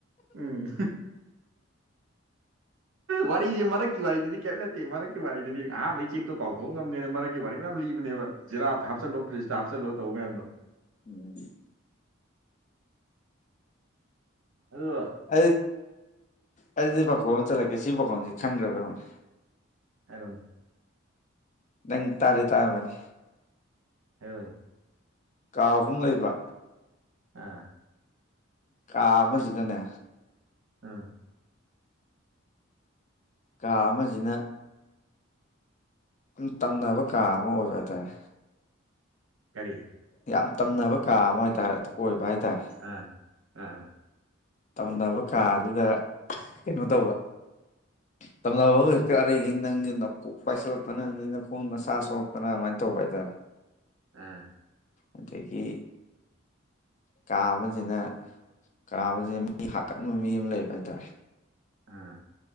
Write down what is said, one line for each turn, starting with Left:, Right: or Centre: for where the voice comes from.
Right: ꯎꯝ ꯋꯥꯔꯤꯁꯦ ꯃꯔꯛꯀꯤ ꯋꯥꯔꯤꯗꯨꯗꯤ ꯀꯔꯤꯝ ꯅꯠꯇꯦ ꯃꯔꯛꯀꯤ ꯋꯥꯔꯤꯗꯨꯗꯤ ꯑꯍꯥꯟꯕꯩ ꯆꯦꯛꯇꯣ ꯀꯥꯎꯊꯣꯛ ꯅꯕꯅꯦꯅ ꯃꯔꯛꯀꯤ ꯋꯥꯔꯤ ꯃꯌꯥꯝ ꯂꯤꯕꯅꯦꯕ ꯖꯤꯔꯥꯞ ꯍꯥꯞꯆꯥꯜꯂꯣ ꯐ꯭ꯔꯤꯖꯇ ꯍꯥꯞꯆꯥꯜꯂꯣ ꯇꯧꯕ ꯃꯌꯥꯝꯗꯣ
Left: ꯎꯝ
Right: ꯑꯗꯨꯗꯣ
Left: ꯑꯩ ꯑꯩꯗꯤ ꯄꯥꯈꯣꯡ ꯑꯃ ꯆꯠꯂꯛꯀꯦ ꯁꯤ ꯄꯥꯈꯣꯡꯁꯤ ꯈꯪꯗ꯭ꯔꯕꯥ ꯌꯦꯡꯉꯨꯅꯦ
Right: ꯍꯥꯏꯔꯣꯅꯦ
Left: ꯅꯪ ꯇꯥꯗꯤ ꯇꯥꯔꯝꯃꯅꯤ
Right: ꯍꯥꯢꯔꯛꯑꯣꯅꯦ
Left: ꯀꯥ ꯑꯍꯨꯝ ꯂꯩꯕ
Right: ꯑꯥ
Left: ꯀꯥ ꯑꯃꯁꯤꯗꯅꯦ
Right: ꯑꯥ
Left: ꯀꯥ ꯑꯃꯖꯤꯅ ꯌꯥꯝ ꯇꯝꯅꯕ ꯀꯥ ꯑꯃ ꯑꯣꯏꯕ ꯍꯥꯏꯇꯥꯔꯦ
Right: ꯀꯔꯤ
Left: ꯌꯥꯝ ꯇꯝꯅꯕ ꯀꯥ ꯑꯃ ꯑꯣꯏꯇꯥꯔꯦ ꯑꯣꯏꯕ ꯍꯥꯏꯇꯥꯔꯦ
Right: ꯑꯥ ꯑꯥ
Left: ꯇꯝꯅꯕ ꯀꯥꯁꯤꯗ ꯀꯩꯅꯣ ꯇꯧꯕ
Right: <unintelligible>
Left: ꯇꯝꯅꯕ ꯑꯃ ꯍꯦꯛꯇ ꯑꯔꯩꯒꯤ ꯅꯪꯒꯤ ꯅꯀꯣꯛ ꯄꯥꯏꯁꯤꯜꯂꯛꯇꯅ ꯑꯗꯩ ꯅꯈꯣꯡ ꯅꯁꯥ ꯁꯣꯛꯂꯛꯇꯅ ꯑꯗꯨꯃꯥꯏꯅ ꯇꯧꯕ ꯍꯥꯏꯇꯥꯔꯦ
Right: ꯑꯥ
Left: ꯑꯗꯒꯤ ꯀꯥ ꯑꯃꯁꯤꯅ ꯀꯥ ꯁꯤ ꯃꯤ ꯍꯥꯠꯀꯟꯕ ꯃꯤ ꯑꯃ ꯂꯩꯕ ꯍꯥꯏꯇꯥꯔꯦ
Right: ꯑꯥ